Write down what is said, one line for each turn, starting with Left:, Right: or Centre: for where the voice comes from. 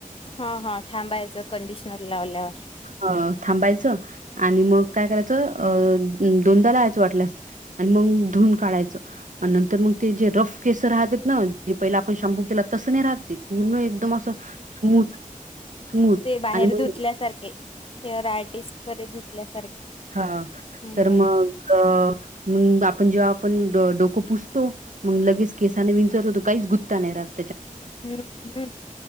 Left: हा हा. थांबायचं कंडिशनर लावल्यावर.
Right: ह थांबायचं आणि मग काय करायचं, अ दोनदा लावायचं वाटल्यास. आणि मग धुन काढायचं आणि नंतर मग ते जे रफ केसर राहतात, ना जे पहिला आपण शाम्पू केला तस नाही राहतते पूर्ण एकदम असं स्मूथ स्मूथ
Left: ते बाहेर
Right: आणि म्हण
Left: धुतल्यासारखे.
Right: --
Left: हेअर आर्टिस्ट कडे धुतल्यासारखे.
Right: हा
Left: हम्म.
Right: तर मग आपण जेव्हा पण डोको पुसतो मग लगेच केसाने विचारतो तो काहीच गुत्ता नाही रात.
Left: हम्म हम्म